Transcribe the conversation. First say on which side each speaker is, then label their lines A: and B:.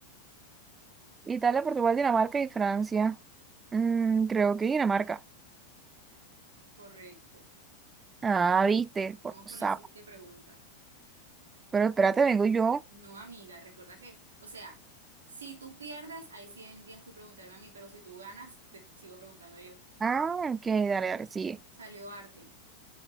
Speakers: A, on the right; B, on the right.
A: Italia, Portugal, Dinamarca y Francia. Mm, creo que Dinamarca.
B: Correcto.
A: Ah, viste, por
B: Vamos
A: sapo.
B: con la siguiente pregunta.
A: Pero espérate, vengo yo.
B: No, amiga, recuerda que, o sea, si tú pierdes, ahí sí vendrías tú preguntarme a mí, pero si tú ganas, te, te sigo preguntando yo.
A: Ah, ok, dale, dale, sigue.
B: Salió arte.